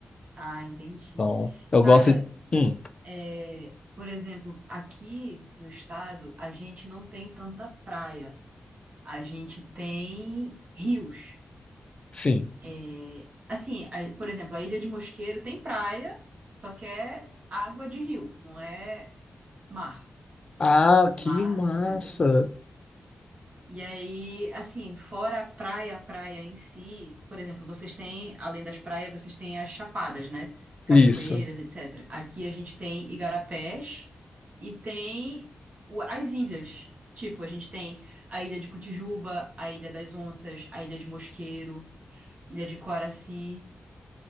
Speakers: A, on the right; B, on the left.
A: Ah, entendi.
B: Então, eu
A: Cara,
B: gosto de. Hum,
A: é, por exemplo, aqui no estado, a gente não tem tanta praia. A gente tem rios.
B: sim.
A: É, assim, a- por exemplo, a Ilha de Mosqueiro tem praia, só que é água de rio, não é mar.
B: Ah,
A: Mar,
B: que massa.
A: entendeu? E aí, assim, fora a praia, a praia em si, por exemplo, vocês têm, além das praias, vocês têm as chapadas, né? Cachoeiras,
B: Isso,
A: etc. Aqui a gente tem igarapés e tem o- as ilhas. Tipo, a gente tem a Ilha de Cotijuba, a Ilha das Onças, a Ilha de Mosqueiro, Ilha de Coraci.